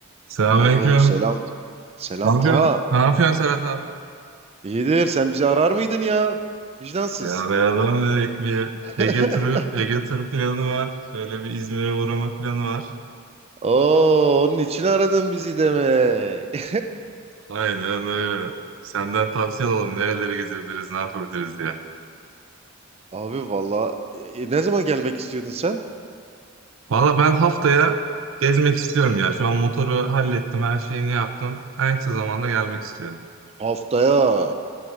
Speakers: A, on the right (about 70°); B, on the right (about 30°).
A: Selamünaleyküm.
B: Oo selam. Selam
A: Ne yapıyorsun?
B: Taha.
A: Ne yapıyorsun Serhat abi?
B: İyidir. Sen bizi arar mıydın ya? Vicdansız.
A: Ya beraber dedik bir
B: <laughs>
A: Ege turu, Ege turu planı var. Şöyle bir İzmir'e uğrama planı var.
B: Oo onun için aradın bizi demek. <laughs>
A: Aynen öyle. Senden tavsiye alalım. Nereleri gezebiliriz, ne yapabiliriz diye.
B: Abi valla e, e, ne zaman gelmek istiyordun sen?
A: Valla ben haftaya gezmek istiyorum ya. Şu an motoru hallettim, her şeyini yaptım. En kısa zamanda gelmek istiyorum.
B: Haftaya.